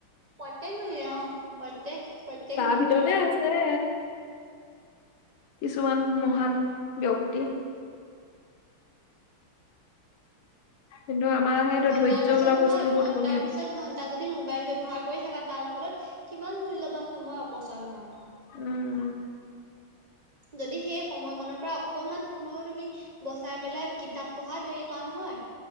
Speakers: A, on the right; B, on the left.
A: প্ৰত্যেক ভাগে অ, প্ৰত্যেক প্ৰত্যেক
B: তাৰ
A: মানুহৰে
B: ভিতৰতে আছে। কিছুমান মহান ব্যক্তি। কিন্তু আমাৰ সেইটো
A: ঘন্টাৰ
B: ধৈৰ্য
A: পিছত
B: বোলা
A: তোমাৰ,
B: বস্তু বহুত
A: ঘন্টা
B: কমি আছে
A: পিছত ঘন্টা যদি মোবাইল কৰি থাকা তাৰ ফলত কিমান মূল্যৱান সময় অপচয় হয় আমাৰ।
B: উম, উম।
A: যদি সেই সময়কণৰ পৰা অকণমান সময়ো তুমি বচাই পেলাই কিতাপ পঢ়া ধৰি থোৱা নহয়,